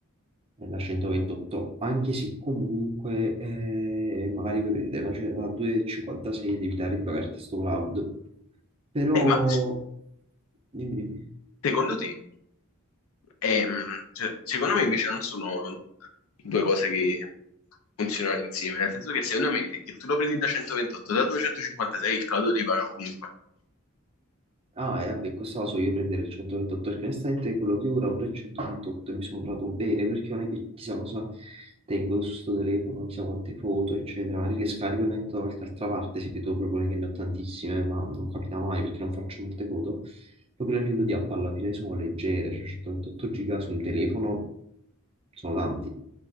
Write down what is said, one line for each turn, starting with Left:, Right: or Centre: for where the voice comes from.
Right: eh, la 128, anche se comunque eh, magari puoi prendere la, ce- la 256 ed evitare di pagarti sto cloud, però
Left: Eh, ma se-
Right: dimmi, dimmi.
Left: secondo te E, mh, se- secondo me invece non sono due cose che funzionano insieme, nel senso che secondo me se che tu lo prendi da 128, da 256 il caldo ti paga comunque.
Right: Ah, e vabbè, questa la so io prendere il 128 perché onestamente quello che ho ora pure il 128 e mi sono trovato bene perché non è che chissà cosa tengo su sto telefono, chissà quante foto, eccetera. Le scarico e le metto da qualche altra parte, se vedo proprio che ne ho tantissime, ma non capita mai perché non faccio molte foto. Proprio a livello di app alla fine sono leggere, cioè 128 giga su un telefono sono tanti.